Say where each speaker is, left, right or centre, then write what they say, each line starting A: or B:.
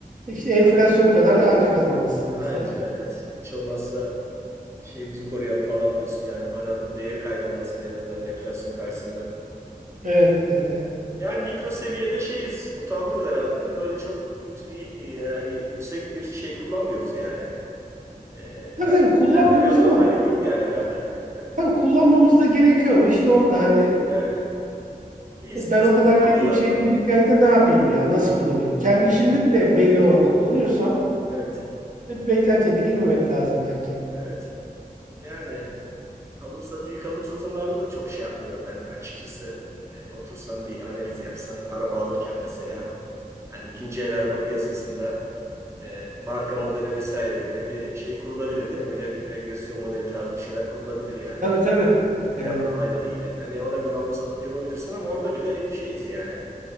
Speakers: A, on the right (about 60°); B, on the right (about 20°).
A: e işte enflasyon kadar anca kazanmışsın mesela.
B: Anca evet. Hiç olmazsa şeyimizi koruyalım falan diyorsun yani paranın değeri kaybolmasın en azından enflasyon karşısında.
A: Evet, evet, evet.
B: Yani mikro seviyede şeyiz. Mutabıkız herhalde değil mi? Böyle çok yük- yani yüksek bir şey kullanmıyoruz yani. Ee,
A: Tabii
B: ben,
A: tabii kullanmıyoruz
B: bende bir anormallik
A: ama
B: yok yani herhalde.
A: tabii
B: <laughs>
A: kullanmamız da gerekiyor mu? İşte orada hani
B: Yani bir isteksizlik
A: E, Ben o kadar teknik
B: oluyor.
A: şey günlük hayatta ne yapayım yani? Nasıl kullanayım? Kendi
B: Evet,
A: işimde bile belli oranda kullanıyorsam
B: evet.
A: e, beklentiye de girmemek lazım belki.
B: evet. Yani alımsa büyük alım satımlarda da çok şey yapmıyorum ben açıkçası. E, otursan bir analiz yapsan araba alırken mesela hani ikinci el araba piyasasında e, marka modele vesaireye göre bir şey kurulabilir değil mi? Bir re- regresyon modeli tarzı bir şeyler kurulabilir yani.
A: Tabii tabii. Yani.
B: Fiyatlamayla ilgili. Hani ona göre alım satım yapabilirsin ama orada bile şeyiz yani.